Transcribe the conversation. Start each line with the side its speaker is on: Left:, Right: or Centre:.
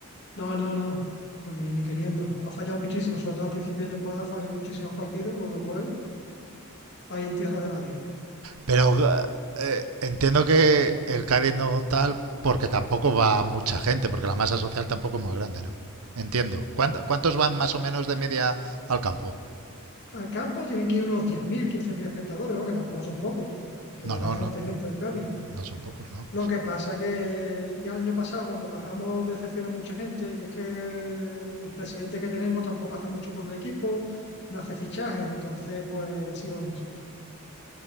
Left: no, no, no, ni, ni queriendo. Ha fallado muchísimo, sobre todo a principio de temporada, falló muchísimos partidos, con lo cual ahí en tierra de nadie.
Right: Pero eh, entiendo que el Cádiz no tal porque tampoco va mucha gente, porque la masa social tampoco es muy grande, ¿no? Entiendo. ¿Cuánto- ¿Cuántos van más o menos de media al campo?
Left: Al campo tienen que ir unos diez mil, quince mil espectadores, bueno, que tampoco son pocos, que
Right: No,
Left: va bastante
Right: no, no.
Left: gente al Cádiz.
Right: No son pocos, ¿no?
Left: Lo que pasa que ya el año pasado, cuando bajamos, decepcionó a mucha gente, y es que el presidente que tenemos tampoco hace mucho por el equipo, no hace fichajes, entonces, pues así vamos.